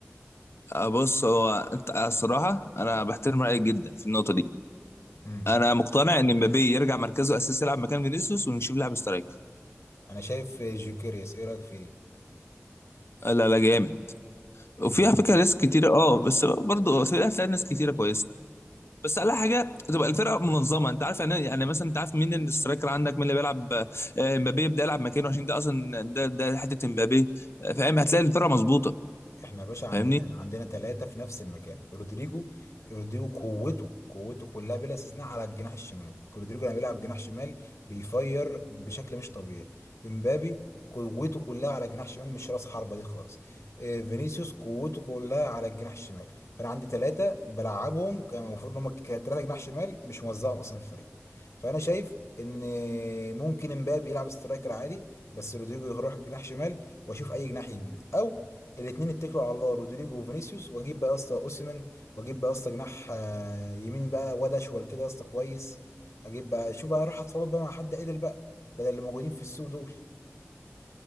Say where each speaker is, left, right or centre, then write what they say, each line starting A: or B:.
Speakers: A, on the left (about 60°); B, on the left (about 85°).
A: آه، بص هو انت آه، الصراحه انا بحترم رايك جدا في النقطه دي
B: امم
A: انا مقتنع ان مبابي يرجع مركزه الاساسي يلعب مكان فينيسيوس ونشوف لاعب سترايك
B: انا شايف جوكيريس ايه رايك فيه
A: لا لا جامد وفيها
B: جميل
A: فكره ناس كتيره اه بس برضه هتلاقي ناس كتيره كويسه بس اقل حاجه تبقى الفرقه منظمه انت عارف يعني يعني مثلا انت عارف مين الاسترايكر عندك مين اللي بيلعب آه، مبابي يبدا يلعب مكانه عشان ده اصلا ده ده حته مبابي آه، فاهم هتلاقي الفرقه مظبوطه
B: احنا يا باشا عندنا
A: فاهمني
B: عندنا ثلاثة في نفس المكان رودريجو رودريجو قوته قوته كلها بلا استثناء على الجناح الشمال رودريجو لما بيلعب جناح شمال بيفير بشكل مش طبيعي امبابي قوته كلها على جناح شمال مش راس حربة دي خالص آه، فينيسيوس قوته كلها على الجناح الشمال فانا عندي ثلاثة بلعبهم كان المفروض ان هم ثلاثة جناح شمال مش موزعهم اصلا في الفريق فانا شايف ان ممكن امبابي يلعب سترايكر عادي بس رودريجو يروح جناح شمال واشوف اي جناح يمين او الاثنين اتكلوا على الله رودريجو وفينيسيوس واجيب بقى يا اسطى اوسيمين واجيب بقى يا اسطى جناح آه، يمين بقى واد اشول كده يا اسطى كويس اجيب بقى شوف بقى راح اتفاوض بقى مع حد عدل بقى بدل اللي موجودين في السوق دول